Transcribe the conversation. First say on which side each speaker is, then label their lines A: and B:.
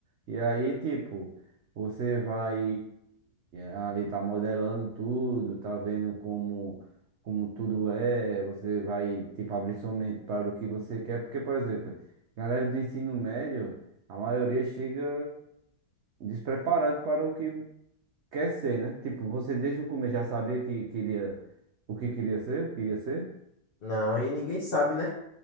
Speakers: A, on the right; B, on the left.
A: E aí, tipo, você vai ali tá modelando tudo, tá vendo como como tudo é, você vai tipo abrir sua mente para o que você quer, porque por exemplo, galera do ensino médio, a maioria chega despreparado para o que quer ser, né? Tipo, você desde o começo já sabia que queria o que queria ser, o que ia ser?
B: Não, e ninguém sabe, né?